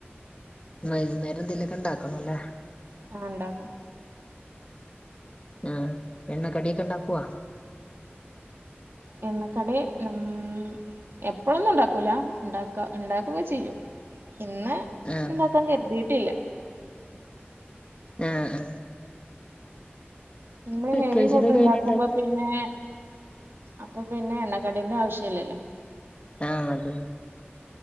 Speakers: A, on the left (about 30°); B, on the right (about 65°).
A: വൈകുന്നേരം എന്തെലൊക്കെ ഉണ്ടാക്കണംല്ലേ
B: ആഹ് ഉണ്ടാക്കണം
A: ആ എണ്ണ കടിയൊക്കെ ഇണ്ടാക്കുവോ
B: എണ്ണ കടീ മ്മ് എപ്പളൊന്നും ഉണ്ടാക്കൂല ഉണ്ടാക്ക ഉണ്ടാക്കുക ചെയ്യും ഇന്ന്
A: ആഹ്
B: ഉണ്ടാക്കാൻ കരുതിയിട്ടില്ല
A: ആ ആ
B: നമ്മള്
A: വെക്കേഷനൊക്കെ
B: ഹെവി ഫുഡ് ഉണ്ടാക്കുമ്പോ
A: എങ്ങനെണ്ടായി
B: പിന്നെ അപ്പൊ പിന്നെ എണ്ണക്കടീന്റെ ആവശ്യംല്ലല്ലോ
A: ആ ത്